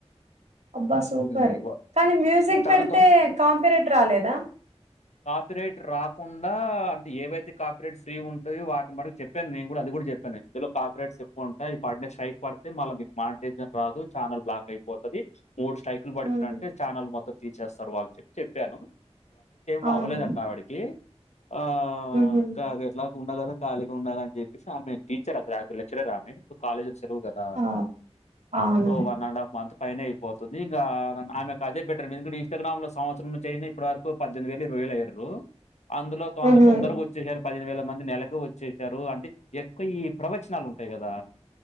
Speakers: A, on the right (about 80°); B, on the left (about 80°).
A: అబ్బా సూపర్
B: ఇవి వ
A: కానీ మ్యూజిక్
B: చాలా
A: పెడితే
B: తొ
A: కాపిరైట్ రాలేదా
B: కాపిరైట్ రాకుండా అంటే ఏవైతే కాపిరేట్ ఫ్రీ ఉంటాయో వాటిని మటుకు చెప్పాను నేను కూడా అది కూడా చెప్ ప్పని ఇందులో కాపీరైట్స్ ఎక్కువ ఉంటాయి అయి పడిన స్ట్రైక్ పడితే మళ్ల మీకు మాంటేజన్ రాదు ఛానల్ బ్లాక్ అయిపోతది మూడు స్టైక్లు పడిపినంటే
A: ఉమ్
B: ఛానల్ మొత్తం తీసేస్తారు వాళ్ళు చెప్పి చెప్పాను బవ్వలేదంట
A: అవును
B: ఆవిడికి ఆ
A: ఉహు
B: కాగట్లా ఉండ గదా కాళీగ ఉండాలని చెప్పేసి ఆమె టీచర్ అసలాక్చ్ల్లీ లెక్చరర్ ఆమె సొ కాలేజ్ వు కదా
A: ఆ అవును
B: సొ వన్ అండ్ హఫ్ మంత్ పైనయిపోతుంది ఇంకా ఆమెకు అదే బెటరు ఎందుకంట ఇస్టాగ్రామ్ లో సంవత్సరం నునుంచయినా ఇప్పటి వరకు పద్దెనిమి వే వేలు ఇరవై వెలయిర్రు అందులో తొంద
A: ఉహు
B: తొందరగా వచ్చి హర్ పదిహేను వేల మంది నెలకు వచ్చసారు అంటే ఎక్కువ ఈ ప్రవచనాలు ఉంటయి కదా